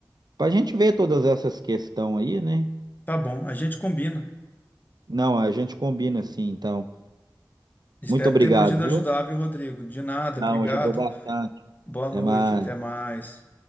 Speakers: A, on the right; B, on the left.
A: para a gente ver todas essas questões aí, né?
B: Tá bom, a gente combina.
A: Não, a gente combina assim, então.
B: Espero
A: Muito obrigado,
B: ter podido
A: viu?
B: ajudar, viu, Rodrigo? De nada,
A: Não,
B: obrigado.
A: ajudou bastante.
B: Boa noite,
A: Até mais.
B: até mais.